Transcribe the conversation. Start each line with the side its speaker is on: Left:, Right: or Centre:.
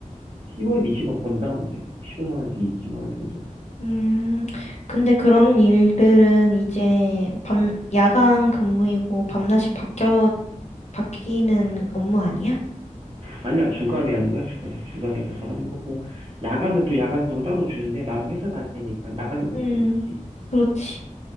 Right: 1에서 20억 번다는데 15만 원에서 20만 원 정도?
Left: 음, 근데 그런 일들은 이제 밤, 야간 근무이고 밤낮이 바뀌어, 바뀌는 업무 아니야?
Right: 아니야 주간에 하는 거야 주간에 주간에 가서 하는 거고 야간은 또 야간수가 따로 주는데 나는 회사 다니니까 야간은 못
Left: 음,
Right: 하지 사실.
Left: 그렇지.